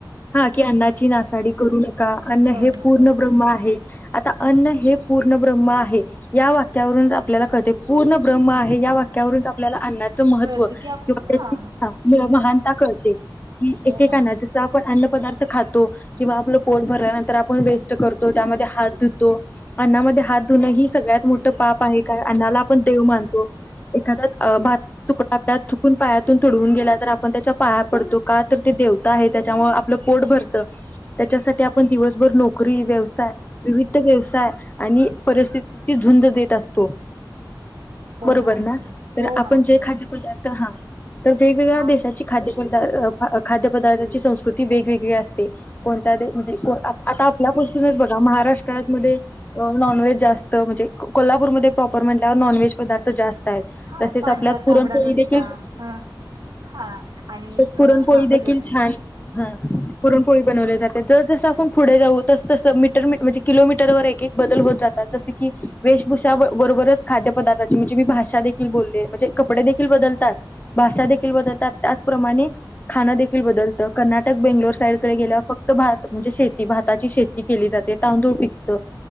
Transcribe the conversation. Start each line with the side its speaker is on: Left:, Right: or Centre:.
Left: हा की अन्नाची नासाडी करू नका अन्न
Right: करू
Left: हे
Right: नका
Left: पूर्ण ब्रम आहे. आता अन्न हे पूर्ण ब्रह्म आहे, या वाक्यावरून आपल्याला कळते पूर्ण ब्रह्म आहे या वाक्यावरून आपल्याला अन्ना महत्व
Right: कळत की आपण
Left: किंवा
Right: घा
Left: <unintelligible> महानता कळते की
Right: हो
Left: एक के
Right: मॅम
Left: काना जस आपण अन्न पदार्थ खातो किंवा आपलं पोट भरल्यानंतर आपण वेस्ट करतो त्यामध्ये हात धुतो अन्नामध्ये हात धुणं ही सगळ्यात मोठं पाप आहे का अन्नाला आपण देव मानतो एखाद्या भात तुकडा आ चुकून पायातून तुडवून गेला तर आपण त्याच्या पाया पडतो का तर ते देवता आहे त्याच्यामुळे आपलं पोट भर त त्याच्यासाठी आपण दिवसभर नोकरी व्यवसाय विविध व्यवसाय आणि परिस्थितीची झुंज देत असतो.
Right: हो
Left: बरोबर
Right: मॅम
Left: ना
Right: हो
Left: तर
Right: हो
Left: आपण
Right: मॅम
Left: जे
Right: हो
Left: खाद्य पदार्थ हा तर वेगवेगळ्या
Right: हा
Left: देशात <unintelligible> खाद्य पदार्थाची संस्कृती वेगवेगळी असते कोणत्या दे म्हणजे आ आता आपल्यापासूनच बघा महाराष्ट्रामध्ये नॉनव्हेज जास्त म्हणजे को कोल्हापूरमध्ये प्रॉपर म्हणल्यावर नॉनव्हेज पदार्थ जास्त आहेत
Right: हा
Left: तसेच
Right: पांढरा-
Left: आपल्यात पुरणपोळी
Right: तांबडा रस्सा,
Left: देखील
Right: ह हा आणि
Left: पुरणपोळी
Right: हा बरोबर
Left: देखील
Right: आहे
Left: छान ह पुरणपो बनवले जाते जस जसं आपण पुढे जाऊ तस तस मीटर म्हणजे किलोमीटर ववर एक एक बदल होत जातात, जस की वेशभूषा बरोबरच खाद्य पदार्थाची म्हणजे मी भाषा देखील बोलले म्हणजे कपडे देखील बदलतात भाषा देखील बदलतात. त्याचप्रमाणे खाण देखील बदलतं कर्ना टक बेंगलोर
Right: हो
Left: साईडडे गेला फक्त भात म्हणजे शेती भाताची शेती केली जाते तांदूळ पिकत